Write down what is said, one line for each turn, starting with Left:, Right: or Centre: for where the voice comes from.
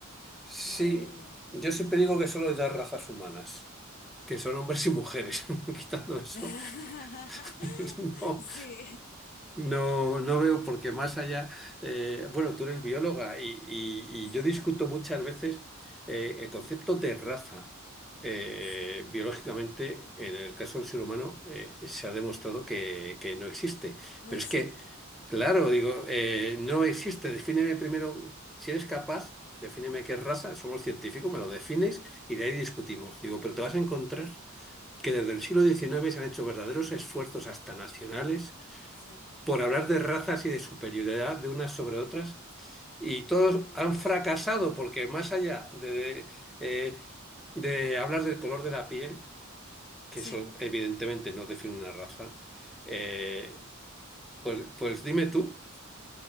Centre: Sí,
Left: No debería.
Centre: yo siempre digo que solo hay dos razas humanas, que son hombres y mujeres, <laughs> quitando eso.
Left: <laughs>
Centre: <laughs> No.
Left: Sí,
Centre: No, no veo porque más allá, eh, bueno, tú eres bióloga y, y-
Left: <laughs>
Centre: y yo discuto
Left: sí,
Centre: muchas veces eh, el concepto de raza. Eh,
Left: sí.
Centre: biológicamente, en el caso del ser humano, eh, se ha demostrado que, que no existe.
Left: No
Centre: Pero
Left: existe.
Centre: es que, claro, digo, eh, no existe. Defíneme primero, si eres capaz, defíneme qué raza, somos científicos, me lo defines y de ahí discutimos. Digo, pero te vas a encontrar que desde el siglo XIX se han hecho verdaderos esfuerzos hasta nacionales
Left: Sí.
Centre: por hablar de razas y de superioridad de unas sobre otras. Y todos
Left: Y no
Centre: han
Left: la
Centre: fracasado
Left: hay.
Centre: porque más allá de, de, eh, de hablar del color de la piel, que
Left: Sí,
Centre: eso evidentemente no define una raza, eh, pues, pues dime tú,